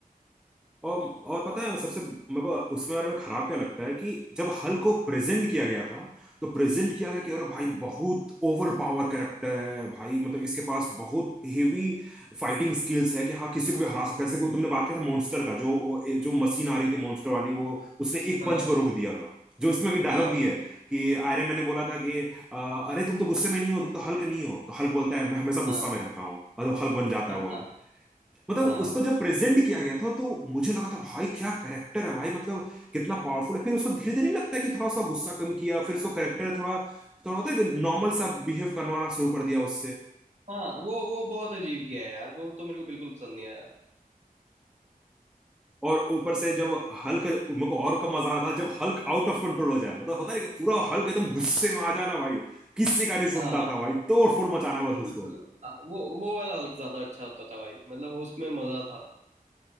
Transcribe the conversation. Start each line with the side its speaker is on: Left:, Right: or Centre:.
Centre: और और पता है सबसे मेरे को उसमें बारे में खराब क्या लगता है कि जब हल को प्रेजेंट किया गया था तो प्रेजेंट किया गया कि अरे भाई बहुत ओवर पावर कैरेक्टर है भाई मतलब इसके पास बहुत हेवी फाइटिंग स्किल्स है कि हाँ किसी को भी हरा सकता है जैसे कि तुमने बात किया था मॉन्स्टर का जो जो मशीन आ रही थी मॉन्स्टर वाली वो उसने एक
Right: हाँ
Centre: पंच पर रोक दिया था जो इसमें डायलॉग
Right: हाँ
Centre: भी है कि आयरन मैन ने बोला था कि अ, अरे तुम तो गुस्से में नहीं हो तुम तो हल्क नहीं हो तो हल्क बोलता है मैं हमेशा
Right: हाँ
Centre: गुस्सा में रहता हूँ और वो हल्क बन जाता
Right: हाँ
Centre: है वो
Right: हाँ
Centre: मतलब
Right: हाँ।
Centre: उसको जब प्रेजेंट किया गया था तो मुझे लगा था भाई क्या करेक्टर है भाई मतलब कितना पावरफुल है फिर उसको धीरे धीरे लगता है कि थोड़ा उसका गुस्सा कम किया फिर उसको करेक्टर थोड़ा थोड़ा होता है कि नॉर्मल सा बिहेव करवाना शुरू कर दिया उससे
Right: हाँ वो वो बहुत अजीब किया है यार वो तो मेरे को बिल्कुल पसंद नहीं आया
Centre: और ऊपर से जब हल्क मेरे को और कम मजा आया था जब हल्क आउट ऑफ कंट्रोल हो जाए मतलब होता है ना कि पूरा हल्क एकदम गुस्से में आ जाना भाई किसी का नहीं
Right: हाँ
Centre: सुनता था भाई तोड़ फोड़ मचाना
Right: बिल्कुल
Centre: बस उसको
Right: हाँ वो वो वाला हल्क ज्यादा अच्छा होता था भाई मतलब उसमें मजा था